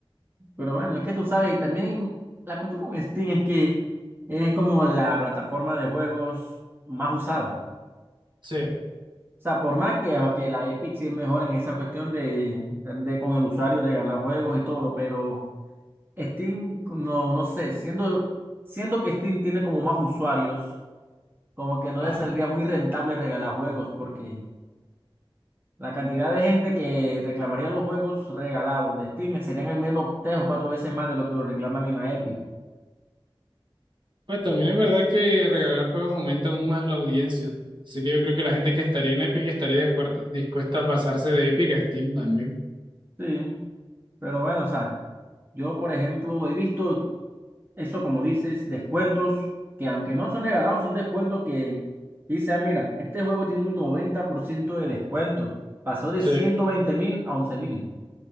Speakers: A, on the right (about 25°); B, on the right (about 60°).
A: Pero bueno, es que tú sabes, también la cuestión con Steam es que es como la plataforma de juegos más usada.
B: Sí,
A: O sea, por más que, que la Epic sí es mejor en esa cuestión de, de con el usuario regalar juegos y todo, pero Steam, no, no sé, siendo, siendo que Steam tiene como más usuarios, como que no
B: ajá.
A: le saldría muy rentable regalar juegos, porque La cantidad de gente que reclamaría los juegos regalados de Steam serían al menos tres o cuatro veces más de lo que lo reclaman en la Epic.
B: Pues también es verdad que regalar juegos aumenta aún más la audiencia. Así que yo creo que la gente que estaría en Epic estaría dispuesta, dispuesta a pasarse de Epic a Steam también.
A: Sí, pero bueno, o sea, yo por ejemplo he visto eso como dices, descuentos que aunque no son regalados, son descuentos que dice, ah, mira, este juego tiene un 90% de descuento. Pasó de
B: Sí,
A: 120 mil a 11 mil.